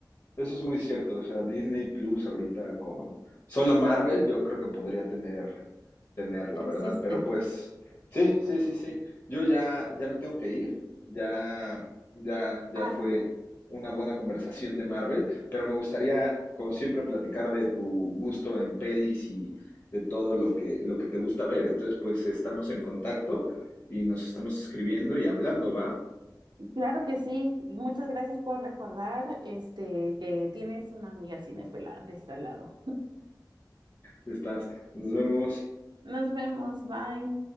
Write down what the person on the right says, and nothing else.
Existe.
Ah,
claro que sí. Muchas gracias por recordar este, que tienes una amiga cinéfila de este lado.
Nos vemos, bye.